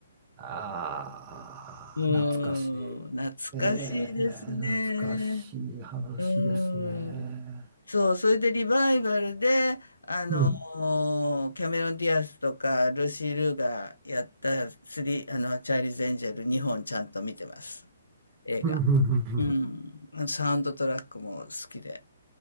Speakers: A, on the right; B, on the left.
A: ああ、
B: うーん、
A: 懐かしい。
B: 懐かしいですね。
A: えー懐かしい話ですね。
B: うーん。そう、それでリバイバルで、あのーキャメロン・
A: うん。
B: ディアスとか、ルーシー・ルーがやったスリ、あの、チャーリーズ・エンジェル2本ちゃんと見てます。映画。
A: うん。うん。うんう
B: うん。
A: ん
B: あのサウンドトラックも好きで。